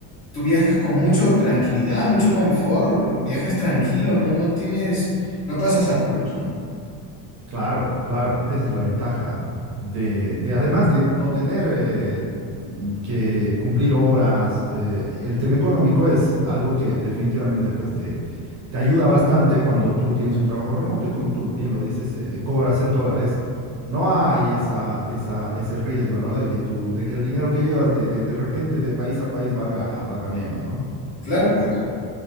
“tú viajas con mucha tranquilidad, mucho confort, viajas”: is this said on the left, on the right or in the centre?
Left